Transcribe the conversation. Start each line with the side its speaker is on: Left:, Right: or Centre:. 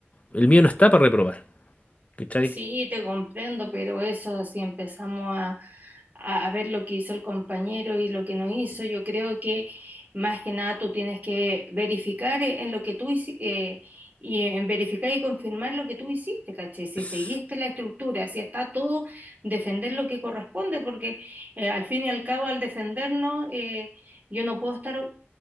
Left: el mío no está para reprobar, ¿cachai?
Right: Sí, te comprendo, pero eso, si empezamos a, a- a ver lo que hizo el compañero y lo que no hizo, yo creo que más que nada tú tienes que verificar eh, en lo que tú hiciste y en verificar y confirmar lo que tú hiciste, ¿cachai? Si
Left: Es-
Right: seguiste la estructura, si está todo, defender lo que corresponde, porque eh, al fin y al cabo, al defendernos, eh, yo no puedo estar